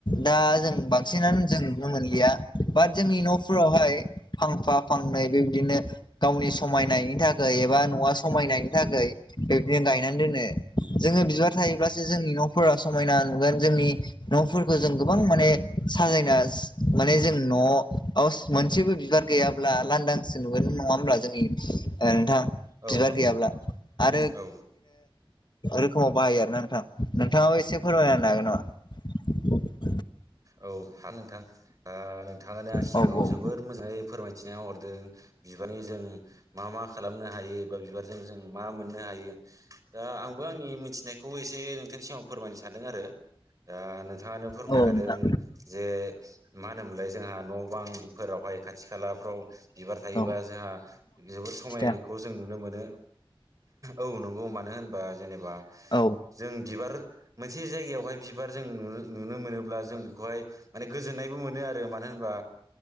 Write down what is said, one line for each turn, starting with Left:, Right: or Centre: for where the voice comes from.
Left: दा जों बांसिनानो जों नुनो मोनलिया बाट जोंनि न'फोरावहाय फांफा फांनै बेबायदिनो गावनि समायनायनि थाखाय एबा न'आ समायनायनि थाखाय बिबदिनो गायनानै दोनो जोङो बिबार थायोब्लासो जोंनि न' फोर समायना नुगोन जोंनि न'फोरखौ जों गोबां माने साजायना माने जों अ हावस मोनसेबो बिबार गैयाब्ला लांदांसो नुगोन नङा होमब्ला जोंनि ओ नोंथां
Right: औ
Left: बिबार
Right: नंगौ नोंथां औ
Left: रोखोमाव बाहायो आरो ना नोंथां नोंथाङाबो एसे फोरमायनो हागोन नामा
Right: औ हागोन नोंथां ओ नोंथाङा दा सिगाङाव
Left: हागोन
Right: जोबोद मोजाङै फोरमायथिना हरदों बिबार जों मा मा खालामनो हायो बे बिबारजों जों मा मोननोहायो दाआंबो आंनि मिथिनायखौ एसे एसे नोंथांनि सिगाव फोरमायनो सानदों आरो दा नोंथाङानो फोरमायखादों
Left: नामा?
Right: जे मा होनोमोनलाय जोंहा न' बांफोरावहाय खाथि खालाफ्राव बिबार थायोबा
Left: औ नोंथां औ
Right: जोंहा जोबोद समायनायखौ
Left: खिथाया
Right: जों नुनो मोनो औ नंगौ मानो होनबा जेनेबा
Left: औ
Right: जों बिबार मोनसे जायगायावहाय बिबार जों नुनो नुनो मोनो ब्ला जों बहाय माने गोजोन्नायबो मोनो आरो मानो होनबा